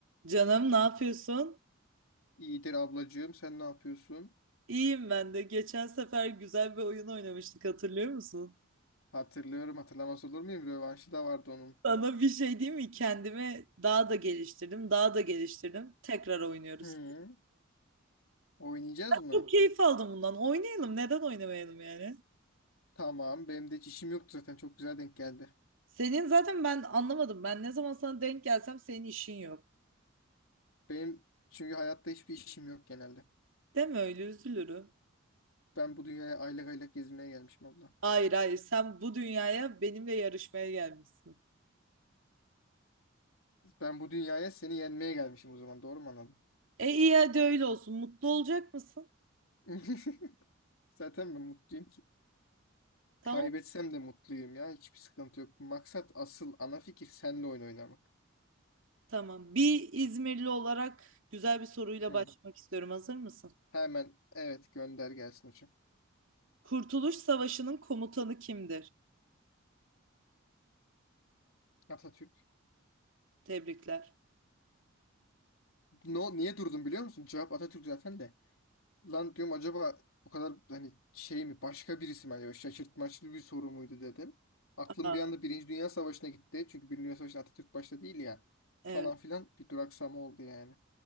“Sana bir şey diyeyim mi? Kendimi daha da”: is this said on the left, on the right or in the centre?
Right